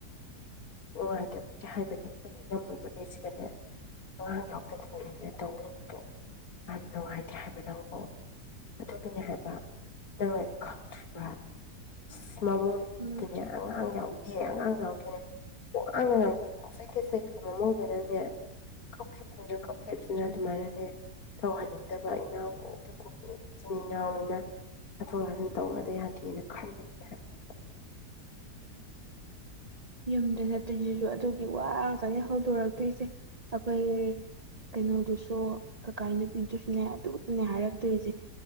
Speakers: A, on the left; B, on the right.
A: ꯅꯨꯡꯉꯥꯏꯇꯕꯒꯤ ꯍꯥꯏꯕꯅꯦ ꯑꯩꯈꯣꯏꯒꯤ ꯏꯅꯝꯃ ꯑꯃ ꯁꯤꯗꯅꯦ ꯑꯉꯥꯡ ꯌꯥꯎꯗꯗꯅꯅꯦ ꯇꯧ ꯂꯩꯕꯗꯣ ꯌꯥꯝ ꯅꯨꯡꯉꯥꯏꯇꯦ ꯍꯥꯏꯕ ꯅꯪꯕꯣ ꯑꯗꯨꯒꯤꯅꯦ ꯍꯥꯏꯕ ꯅꯪꯅ ꯈꯪꯗ꯭ꯔꯤꯕ <unintelligible>
B: ꯎꯝ
A: ꯑꯉꯥꯡ ꯌꯥꯎꯗꯦ ꯑꯉꯥꯡ <unintelligible> <unintelligible> ꯄꯪꯆꯩꯗ ꯆꯩꯕꯤꯕ ꯃꯅꯨꯡꯗꯅꯅꯦ ꯀꯞꯈꯕꯁꯤꯅ ꯀꯞꯈꯤꯕꯁꯤꯅ ꯑꯗꯨꯃꯥꯏꯅꯅꯦ ꯇꯧꯍꯟꯅꯤꯡꯗꯕ ꯏꯅꯥꯎ ꯑꯗꯨꯒꯤ ꯏꯆꯤꯟ ꯏꯅꯥꯎꯅꯤꯅ ꯍꯥꯊꯣꯛ ꯍꯥꯥꯖꯤꯟ ꯇꯧꯅꯗ ꯌꯥꯗꯦꯅ ꯈꯟꯕꯒꯤꯅ ꯍꯥꯏꯕ
B: ꯌꯨꯝꯗ ꯆꯠꯇꯣꯏꯁꯤꯁꯨ ꯑꯗꯨꯒꯤ ꯋꯥꯒ ꯍꯧꯗꯣꯔꯛꯇꯣꯏꯁꯦ ꯑꯩꯈꯣꯏꯒꯤ ꯀꯩꯅꯣꯗꯨꯁꯨ ꯀꯀꯥ ꯅꯨꯄꯤꯗꯨꯁꯨꯅꯦ ꯑꯗꯨꯗꯨꯅꯦ ꯍꯥꯏꯔꯛꯇꯣꯏꯁꯦ